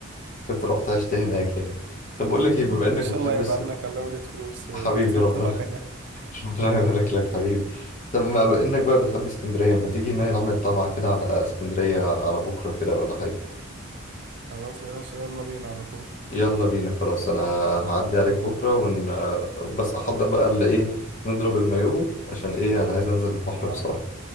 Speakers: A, on the left (about 40°); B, on the right (about 55°).
A: كنت رحت عشت هناك يعني طب بقول لك
B: ما-
A: ايه بما انك
B: إن شاء
A: بتحب
B: الله
A: اس...
B: يبقى عندك unlimited فلوس و-
A: حبيبي
B: وتروح
A: ربنا
B: تقعد هناك
A: <laughs> ربنا يبارك لك حبيبي طب ما بما انك بقى بتحب اسكندريه ما تيجي نعمل طلعه كده على اسكندريه على بكره كده ولا حاجه
B: خلاص يا باشا يلا بينا على طول
A: يلا بينا خلاص انا هعدي عليك
B: خلاص
A: بكره ون بس احضر بقى اللي ايه نضرب المايو عشان ايه انا عايز انزل البحر
B: اه
A: بصراحه